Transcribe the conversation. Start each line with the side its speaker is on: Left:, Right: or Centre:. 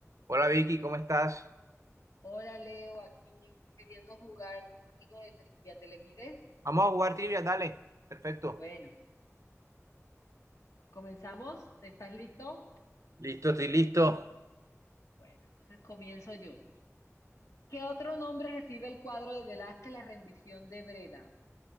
Right: Hola Vicky, ¿cómo estás?
Left: Hola Leo, aquí queriendo jugar algo de trivia. ¿Te le mides?
Right: Vamos a jugar trivia, dale. Perfecto.
Left: Bueno, comenzamos. ¿Estás listo?
Right: Listo, estoy listo.
Left: Bueno, entonces comienzo yo. ¿Qué otro nombre recibe el cuadro de Velázquez, La rendición de Breda?